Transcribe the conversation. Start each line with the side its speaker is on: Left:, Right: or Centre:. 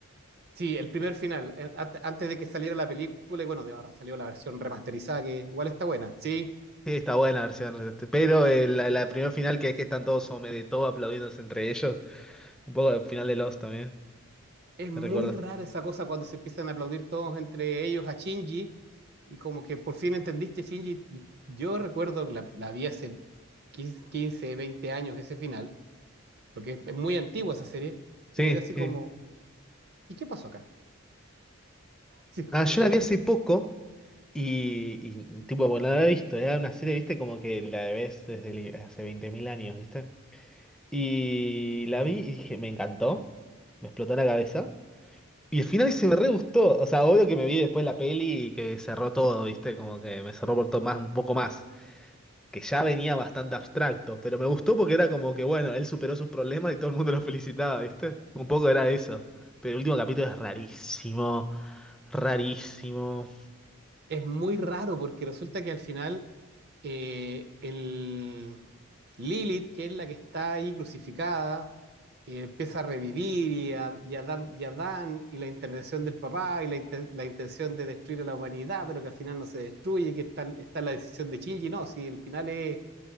Right: Sí, el primer final, eh, ante- antes de que saliera la película, y bueno, de ahora salió la versión remasterizada, que igual está buena. Sí,
Centre: Sí, está buena la versión. este, Pero eh, la, la primera final que es que están todos sobre de todo aplaudiéndose entre ellos. Un poco del final de Lost también,
Right: es muy
Centre: me recuerdo.
Right: rara esa cosa cuando se empiezan a aplaudir todos entre ellos a Shinji, y como que por fin entendiste Shinji. Y yo recuerdo, que la, la vi hace 15, 20 años ese final, porque es, es muy antigua esa serie,
Centre: Sí,
Right: y quedé así
Centre: sí.
Right: como, ¿y qué pasó acá? Sí, como...
Centre: Ah, yo la vi hace poco y, y, tipo, bueno, no la he visto. Era una serie, viste, como que la ves desde el- hace 20.000 años, viste. Y la vi y dije, me encantó. Me explotó la cabeza. Y el final se me re gustó. O sea, obvio que me vi después la peli y que cerró todo, viste, como que me cerró por todo más, un poco más. que ya venía bastante abstracto, pero me gustó porque era como que, bueno, él superó sus problemas y todo el mundo lo felicitaba, ¿viste? Un poco era eso. Pero el último capítulo es rarísimo, rarísimo.
Right: Es muy raro porque resulta que al final eh, el Lilith, que es la que está ahí crucificada, eh, empieza a revivir y a, y a Dan- y a Dan, y la intervención del papá y la, inte- la intención de destruir a la humanidad, pero que al final no se destruye, que está, está la decisión de Shinji, no, sí, el final es,